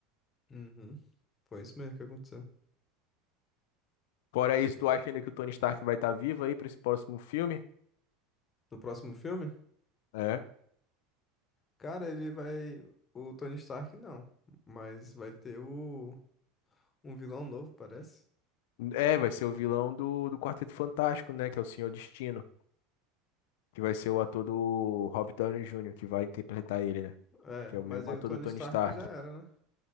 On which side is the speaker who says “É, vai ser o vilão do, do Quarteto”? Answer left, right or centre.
Left